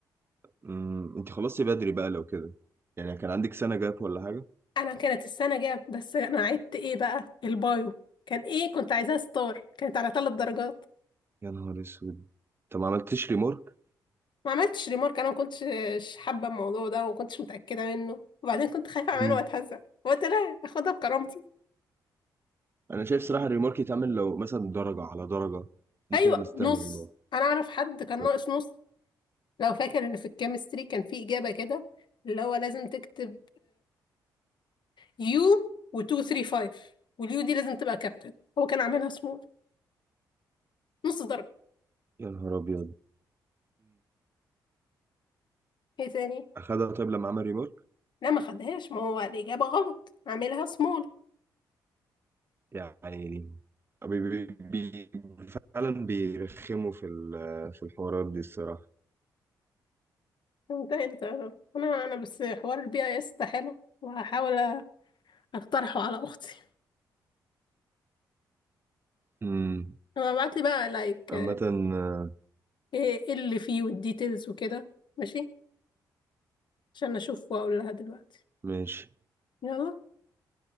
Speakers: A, on the right; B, on the left.
A: امم انت خلصتي بدري بقى لو كده يعني كان عندك سنه جاب ولا حاجه
B: انا كانت السنه جاب بس انا عدت ايه بقى البايو كان ايه كنت عايزاها ستار كانت على ثلاث درجات
A: يا نهار اسود طب ما عملتش ريمورك
B: ما عملتش ريمارك انا ما كنتش حابه الموضوع ده وما كنتش متاكده منه وبعدين كنت خايفه اعمله
A: مم.
B: واتهزق قلت لا اخدها بكرامتي
A: انا شايف صراحه الريمورك يتعمل لو مثلا درجه على درجه دي
B: ايوه
A: كده مستاهله
B: نص
A: ريمورك
B: انا اعرف حد كان
A: طب
B: ناقص نص لو فاكر ان في الكيمستري كان في اجابه كده اللي هو لازم تكتب يو و 2 3 5 واليو دي لازم تبقى كابتن هو كان عاملها سمول نص درجه
A: يا نهار ابيض
B: ايه تاني
A: اخدها طيب لما عمل ريمارك
B: لا ما خدهاش ما هو الإجابة غلط عاملها سمول
A: يعني بي بي بي فعلا بيرخموا في ال- في الحوارات دي الصراحة
B: ده اختيار انا انا بس حوار البي اي اس ده حلو وهحاول اقترحه على اختي
A: امم
B: انا ابعت لي بقى لايك
A: عامة
B: ايه
A: آه،
B: إيه اللي فيه والديتيلز وكده ماشي عشان اشوف واقول لها دلوقتي
A: ماشي
B: يلا